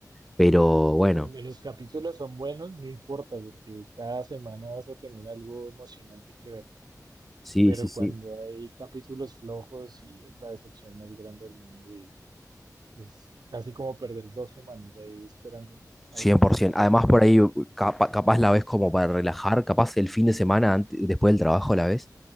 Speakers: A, in the centre; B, on the right.
A: Pero bueno,
B: Cuando los capítulos son buenos, no importa, porque cada semana vas a tener algo emocionante que ver.
A: sí,
B: Pero
A: sí, sí.
B: cuando hay capítulos flojos, sí es la decepción más grande del mundo y es casi como perder dos semanas ahí esperando
A: 100%.
B: algo que nunca pasó.
A: Además, por ahí capa- capaz la ves como para relajar, capaz el fin de semana ante- después del trabajo la ves